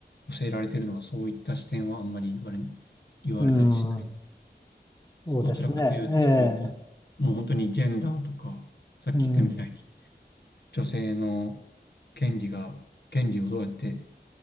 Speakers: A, on the left; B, on the left.
A: 教えられてるのがそういった視点はあんまり言われ、言われたりしない。
B: うん、そうですね。
A: どちらかというと、
B: え
A: そういった、もう本当にジェンダーとか、さっき言ったみたいに、
B: ーうん、
A: 女性の権利が、権利をどうやって、